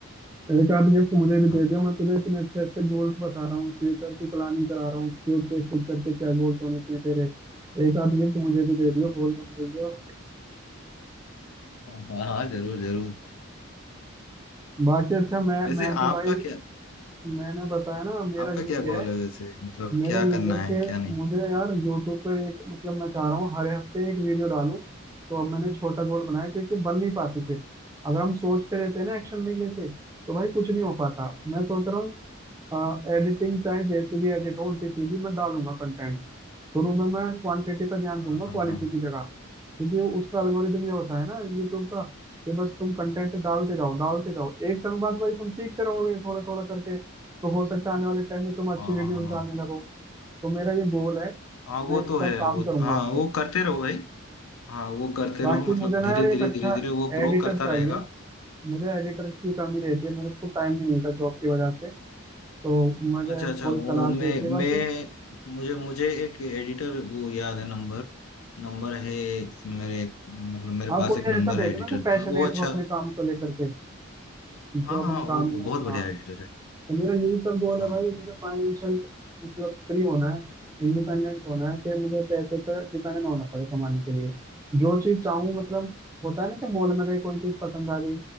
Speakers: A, on the right (about 15°); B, on the left (about 80°).
A: एक आध गिफ्ट मुझे भी
B: हाँ
A: दे दियो मैं तुझे इतने अच्छे अच्छे गोल्स बता रहा हूँ फ्यूचर की प्लानिंग करा रहा हूँ क्यों के फ्यूचर के क्या गोल्स होने चाहिए तेरे एक आध गिफ्ट मुझे भी दे दियो भूल मत जाइयो
B: हाँ हाँ, जरूर जरूर
A: <laughs> बाकी अच्छा मैं
B: वैसे
A: मैं तो
B: आपका
A: भाई
B: क्या
A: मैंने बताया ना मेरा
B: आपका
A: यही
B: क्या
A: है
B: गोल है वैसे मतलब
A: मेरा
B: क्या
A: ये
B: करना
A: है
B: है
A: कि
B: क्या नहीं
A: मुझे यार यूट्यूब पे एक मतलब मैं चाह रहा हूँ हर हफ्ते एक वीडियो डालूं तो अब मैंने छोटा गोल बनाया क्योंकि बन नहीं पाती फिर अगर हम सोचते रहते हैं ना एक्शन नहीं लेते तो भाई कुछ नहीं हो पाता मैं सोच रहा हूँ एडिटिंग चाहे जैसी भी एडिट हो उल्टी सीधी मैं डालूंगा कंटेंट शुरू में मैं क्वांटिटी पर ध्यान
B: हाँ
A: दूंगा
B: हाँ
A: क्वालिटी
B: हाँ
A: की जगह क्योंकि उसका एल्गोरिदम ये होता है ना यूट्यूब का कि बस तुम कंटेंट डालते जाओ डालते जाओ एक समय बाद भाई तुम सीखते रहोगे थोड़ा थोड़ा करके तो हो सकता है आने वाले टाइम में तुम अच्छी
B: हाँ
A: वीडियोस
B: हाँ हाँ हाँ
A: डालने लगो तो मेरा ये गोल है
B: हाँ, वो
A: मैं इस
B: तो है
A: पर काम
B: वो
A: करूंगा
B: हाँ
A: आपसे
B: वो करते रहो भाई हाँ वो करते
A: बाकी
B: रहो मतलब
A: मुझे ना
B: धीरे
A: यार एक
B: धीरे
A: अच्छा
B: धीरे धीरे वो ग्रो
A: एडिटर
B: करता
A: चाहिए
B: रहेगा
A: मुझे एडिटर की कमी रहती है मेरे को टाइम नहीं मिलता जॉब की वजह से तो मुझे
B: अच्छा अच्छा
A: थोड़ी
B: वो
A: तलाश
B: मैं
A: रहती है बाकी
B: मैं मुझे मुझे एक एडिटर वो याद है नंबर नंबर है मेरे मतलब मेरे
A: हाँ
B: पास
A: कोई
B: एक
A: ऐसा
B: नंबर है
A: देखना
B: एडिटर
A: जो पैशनेट
B: का वो अच्छा
A: हो अपने काम को लेकर के जो
B: हाँ
A: अपने
B: हाँ
A: काम
B: वो वो
A: में
B: बहुत बढ़िया
A: हाँ
B: एडिटर है
A: तो मेरा यही सब गोल
B: हाँ
A: है भाई मुझे फाइनेंशियल मतलब फ्री होना है इंडिपेंडेंट होना है कि मुझे पैसे पर डिपेंडेंट होना पड़े कमाने के लिए जो चीज चाहूँ मतलब होता है ना कि मॉल में गई कोई चीज पसंद आ गई